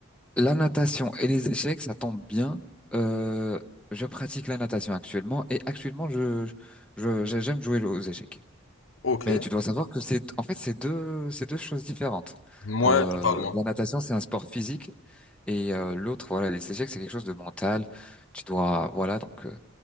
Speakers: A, in the centre; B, on the left.
A: La natation et les échecs, ça tombe bien. Euh, je pratique la natation actuellement et actuellement, je, je, je- j'aime jouer aux échecs.
B: Ok.
A: Mais tu dois savoir que c'est, en fait, c'est deux, c'est deux choses différentes.
B: Ouais,
A: Euh,
B: totalement.
A: la natation, c'est un sport physique et euh, l'autre, voilà, les échecs, c'est quelque chose de mental. Tu dois, voilà, donc. euh,